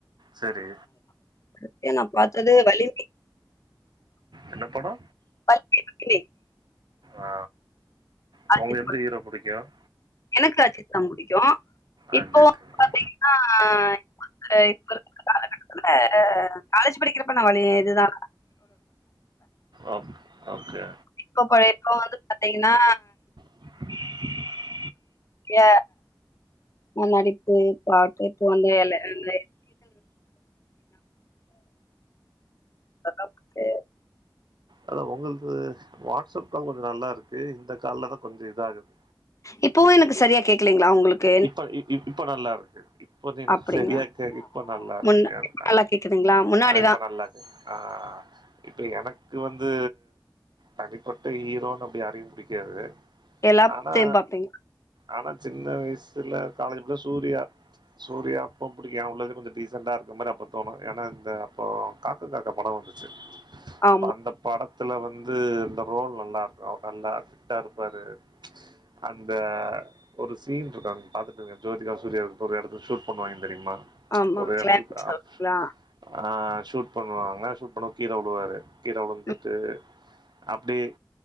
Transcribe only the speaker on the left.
இப்ப நா பாத்தது வலிமை
<unintelligible>
அஜித்
படோ
எனக்கு அஜ்த்தா பிடிக்கு
இப்போ பாத்தீங்க னா ஆ இப்ப இப்ப த்துல காலேஜ் படிக்கிறப்ப நா அவருடைய இது தா
இப்ப போய் இப்ப வந்து பாத்தீங்கன்னா
ஏ நடிப்பு பாட்டு இப்போ அந்தல அந்த <unintelligible> <inaudible>
இப்பவு எனக்கு சரியா கேக்கலைங்களா உங்களுக்கு
அப்டிங்களா
முன்ன
இப்ப நல்லா கேக்குதுங்களா? முன்னாடிதா
எல்லாத்தையு
பாப்பீங்க.
ஆமா,
ஆமா.
கிளாரிட்டி
சொல்றீங்களா?
ம்,